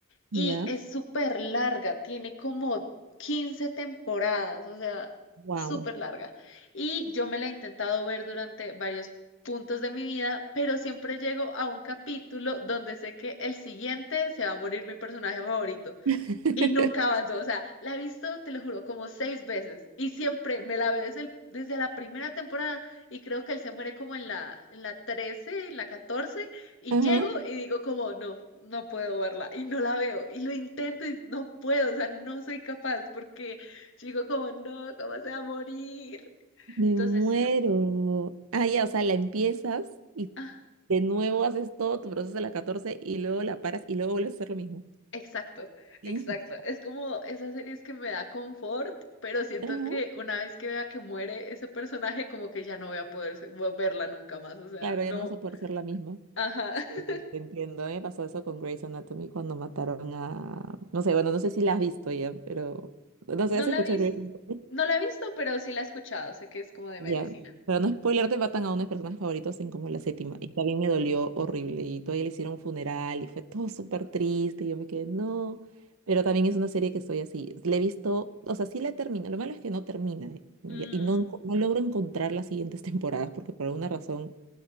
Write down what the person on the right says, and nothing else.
Ya.
Wow.
<laughs>
Ajá.
Me
muero.
Ah, ya, o sea, la empiezas y
de nuevo haces todo tu proceso de la 14 y luego la paras y luego vuelves a hacer lo mismo.
Sí,
Ujú.
Claro,
ya no vas a poder ser la misma.
sí,
te entiendo. A mí me pasó eso con Grey's Anatomy cuando mataron a... No sé, bueno, no sé si la has visto ya, pero... No sé,
¿has
escuchado
Grey's Anatomy?
Ya,
para no spoilearte, matan a uno de mis personajes favoritos en como la séptima. Y también me dolió horrible. Y todavía le hicieron un funeral y fue todo súper triste. Y yo me quedé, no. Pero también es una serie que estoy así. Le he visto, o sea, sí la termina. Lo malo es que no termina. eh, Y,
y no, enco- no logro encontrar las siguientes temporadas porque por alguna razón